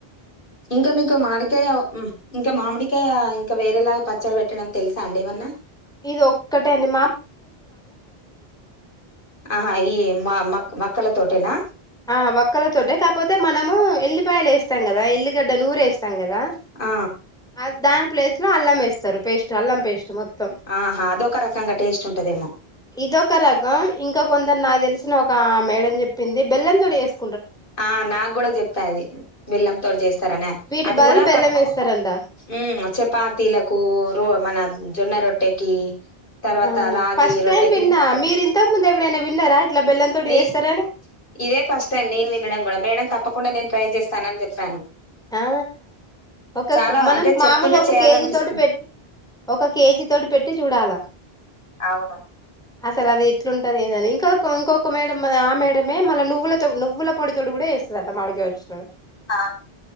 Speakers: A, on the left; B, in the centre.
A: ఇంకా మీకు మాడికాయ ఉ ఇంకా మామిడికాయా ఇంకా వేరేలాగా పచ్చడి వేట్టడం తెల్సా అండి ఏమన్నా
B: ఇది ఒక్కటే అండి
A: ఆహా ఈ మ మ మక్క మాక్కల తోటేనా
B: ఆ వక్కలతోటే కాపోతే మనమూ ఎల్లిపాయలు ఎస్తాం గదా ఎల్లిగడ్డ నూరేస్తంగదా
A: ఆ
B: ఆ దాని ప్లేస్ లో అల్లం ఎస్తారు పేస్టు అల్లం పేస్టు మొత్తం
A: ఆహా అదొక రకంగా టేస్ట్ ఉంటదేమో
B: ఇదొక రకం ఇంకా కొందరు నాకు తెలిసిన ఒక మేడం చెప్పింది బెల్లం తోడి చేస్త
A: ఆ నాకు కూడా చెప్పాది బెల్లం తోటి చేస్తారనే
B: వీటి
A: అది
B: బదులు
A: కూడా
B: బెల్లం
A: ప
B: వేస్తారంట
A: ఉమ్ చపాతీలకు రో మన జొన్న రొట్టెకి తర్వాత
B: ఆ
A: రాగి
B: ఫస్ట్
A: రొట్టెకి
B: టైమ్ విన్నా మీరు ఇంతకు ముందు ఎప్పుడైనా విన్నారా ఇట్లా బెల్లం తోటి
A: నే
B: చేస్తారాని
A: ఇదే ఫస్ట్ టైం నేను వినడం కూడా మేడం తప్పకుండా నేను ట్రై చేస్తాను అని చెప్పాను
B: ఆ ఒక
A: చాలా
B: మనం
A: అంటే చెప్తుంటే
B: మామూలు ఒక
A: చేయాలనిపిస్తుంది
B: కేజీ తోటి పెట్టి ఒక కేజీ తోటి పెట్టి చూడాలా
A: అవును
B: అసలు అది ఎట్లుంటది ఏందని ఇంకొ ఇంకొక మేడం ఆ మేడమే మళ్ళ నువ్వులతో నువ్వుల పొడితో కూడా చెసింది ఇదంటా మాడిక వచ్చిన ము
A: ఆ